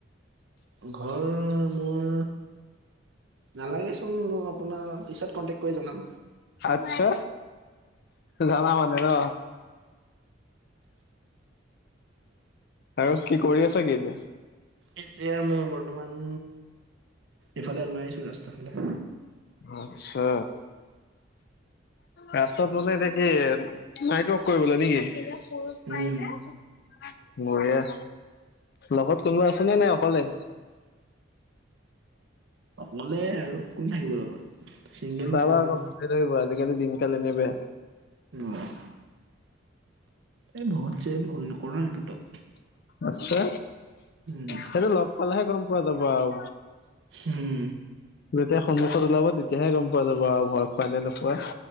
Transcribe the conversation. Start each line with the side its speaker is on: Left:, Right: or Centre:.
Right: ঘৰ মোৰ নালাগেচোন মই আপোনাক পিছত কণ্টেক্ট কৰি জনাম।
Left: আচ্ছা, জানা মানে ন'? আৰু কি কৰি আছা কি এতিয়া?
Right: এতিয়া মই বৰ্তমান ইফালে ওলাই আহছো ৰাস্তা ফালে।
Left: আচ্ছা। ৰাস্তাত মানে এতিয়া কি নাইট ৱৰ্ক কৰিবলৈ নেকি?
Right: উম
Left: বঢ়িয়া, লগত কোনোবা আছেনে নে অকলে?
Right: অকলে আৰু কোন থাকিব লগত। চিংগেল
Left: চাবা
Right: মানুহ
Left: আকৌ
Right: আমি
Left: ভূতে ধৰিব আজিকালি দিনকাল এনেই বেয়া।
Right: অ', এই ভূত-চোট ভয় নকৰো ভূতক।
Left: আচ্ছা,
Right: উম
Left: সেইটো লগ পালেহে গ'ম পোৱা যাব আও।
Right: উম।
Left: যেতিয়া সন্মুখত ওলাব তেতিয়াহে গ'ম পোৱা যাব আৰু ভয় খোৱা নে নোখোৱা?